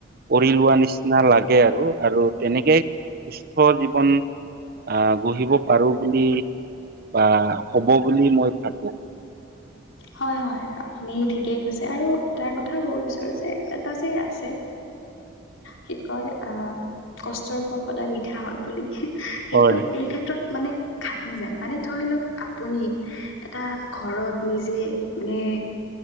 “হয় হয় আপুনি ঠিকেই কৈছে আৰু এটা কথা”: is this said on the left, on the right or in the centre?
Left